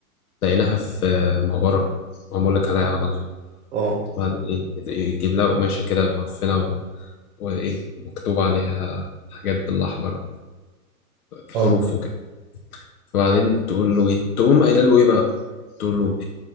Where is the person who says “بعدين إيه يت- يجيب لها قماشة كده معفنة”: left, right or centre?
Left